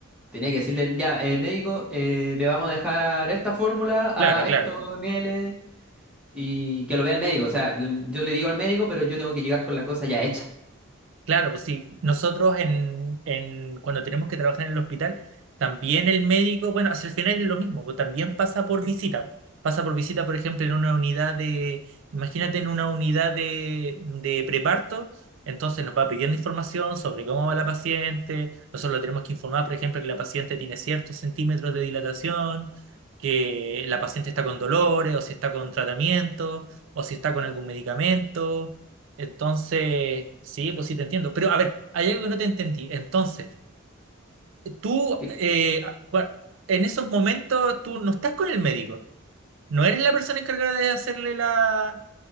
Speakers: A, in the centre; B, on the right (about 60°).
A: Tenía que decirle, ya, eh, médico, eh, le vamos a dejar esta fórmula a
B: Claro, claro.
A: estos ml y que lo vea el médico. O sea, l- yo le digo al médico, pero yo tengo que llegar con la cosa ya hecha.
B: Claro, pues sí, nosotros en, en, cuando tenemos que trabajar en el hospital, también el médico, bueno, hacia el final es lo mismo, pues también pasa por visita. Pasa por visita, por ejemplo, en una unidad de, imagínate en una unidad de, de preparto, entonces nos va pidiendo información sobre cómo va la paciente, nosotros le tenemos que informar, por ejemplo, que la paciente tiene ciertos centímetros de dilatación, que la paciente está con dolores, o si está con tratamiento, o si está con algún medicamento Entonces, sí, pues sí te entiendo. Pero a ver, hay algo que no te entendí. Entonces, tú,
A: Que-
B: eh, ah, cua- en esos momentos, tú no estás con el médico. No eres la persona encargada de hacerle la,